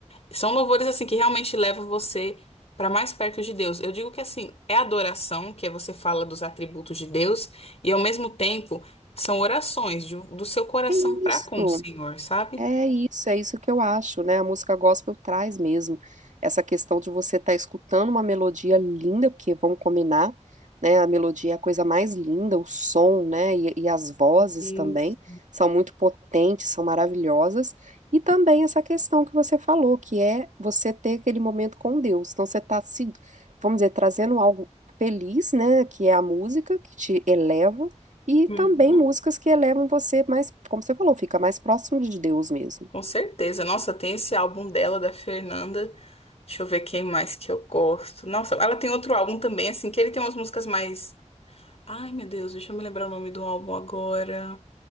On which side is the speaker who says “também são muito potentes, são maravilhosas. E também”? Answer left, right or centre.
Right